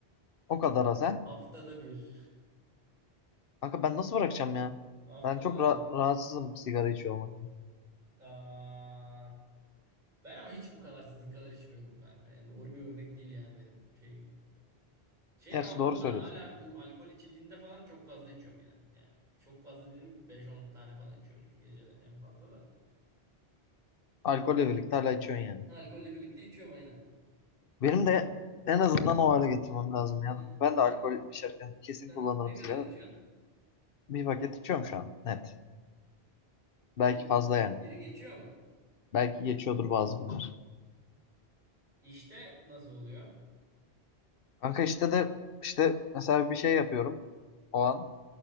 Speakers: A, on the left; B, on the right.
A: O kadar az ha.
B: haftada bir.
A: Kanka ben nasıl bırakacağım ya?
B: <laughs> Haftada
A: Ben çok ra-
B: bir.
A: rahatsızım sigara içiyor olmaktan.
B: Aa, ben ama hiç bu kadar sizin kadar içmiyordum kanka. Yani doğru bir örnek değil yani benim şeyim. Şey
A: Gerçi
B: aldığımda
A: doğru söylüyorsun.
B: hala bu alkol içildiğinde falan çok fazla içiyorum yine. Yani çok fazla dedim Beş on tane falan içiyorumdur gecede en fazla da.
A: Alkolle birlikte hala içiyorsun yani.
B: Alkolle birlikte içiyorum aynen.
A: Benim de en azından o hale getirmem lazım ya.
B: Sen,
A: Ben de
B: sen,
A: alkol içerken kesin
B: sen
A: kullanırım
B: ne kadar
A: sigara.
B: içiyorsun?
A: Bir paket içiyorum şu an net. Belki
B: Bir,
A: fazla yani.
B: biri geçiyor mu?
A: Belki geçiyordur bazı günler.
B: İşte nasıl oluyor?
A: Kanka işte de işte mesela bir şey yapıyorum o an.